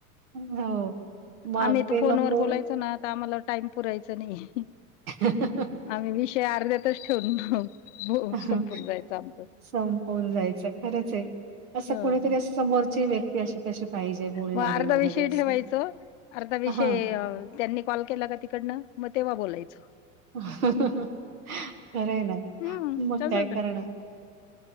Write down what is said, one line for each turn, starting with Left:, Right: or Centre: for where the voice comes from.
Right: हो. मग
Left: आम्ही तर
Right: ते
Left: फोन
Right: नको.
Left: वर बोलायचो ना तर आम्हाला टाइम पुरायच नाही.
Right: ह
Left: आम्ही विषय अर्ध्यातच ठेवून
Right: आहे.
Left: संपून जायचं आमचं
Right: संपवून जायचं खरंच आहे. असं
Left: ह
Right: कोणीतरी अस समोरची व्यक्ती... जशी तशी पाहिजे. बोलणारी
Left: मग अर्धा
Right: वगैरे
Left: विषयी
Right: असं.
Left: ठेवायचं, अर्धा विषय...
Right: हां.
Left: त्यांनी कॉल केला का तिकडनं मग तेव्हा बोलायचं.
Right: खरय ना
Left: हम्म
Right: मग
Left: तसच
Right: काय करणार?